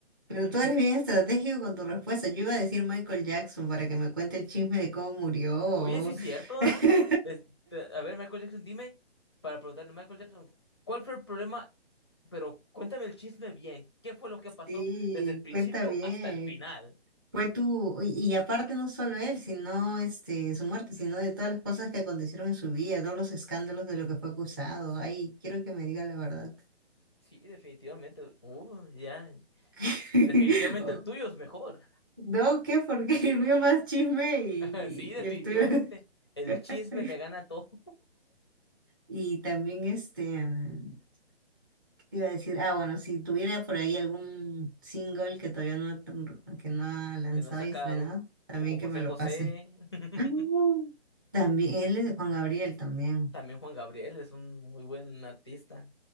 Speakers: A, on the right (about 20°); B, on the left (about 25°).
A: pero
B: <laughs>
A: tú eres bien estratégico con tu respuesta. Yo iba a decir Michael Jackson para que me cuente el chisme de cómo murió.
B: oye, sí es cierto, ¿verdad?
A: <laughs>
B: Este, a ver, Michael Jackson, dime, para preguntarle, Michael Jackson, ¿cuál fue el problema? Pero cuéntame el chisme bien, ¿qué fue lo que pasó
A: Sí,
B: desde el principio
A: cuenta bien.
B: hasta el final?
A: Fue tú, y y aparte no solo él, sino este, su muerte, sino de todas las cosas que acontecieron en su vida, todos los escándalos de lo que fue acusado. Ay, quiero que me diga la verdad.
B: Sí, definitivamente. Uh, ya.
A: <laughs>
B: Definitivamente el tuyo es mejor.
A: No, ¿qué? Porque <laughs> el mío más chisme y,
B: <laughs> Sí, definitivamente.
A: y el tuyo.
B: El
A: <laughs>
B: chisme le gana a todo
A: Y también este, mm, ¿qué te iba a decir? Ah, bueno, si tuviera por ahí algún single que todavía no, tan- que no ha
B: <laughs>
A: lanzado
B: que no ha sacado,
A: y estrenado, también
B: como José
A: que me lo
B: José.
A: pase.
B: <laughs>
A: Ah, También, él es de Juan Gabriel también.
B: También Juan Gabriel es un muy buen artista.